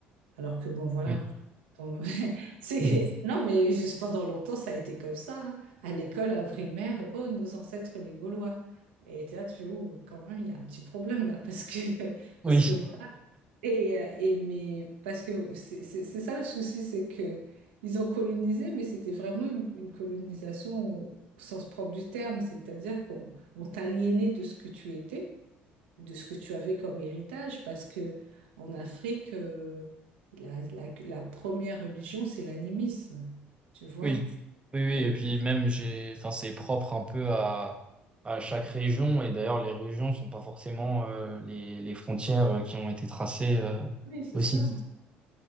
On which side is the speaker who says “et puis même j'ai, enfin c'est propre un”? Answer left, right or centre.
Right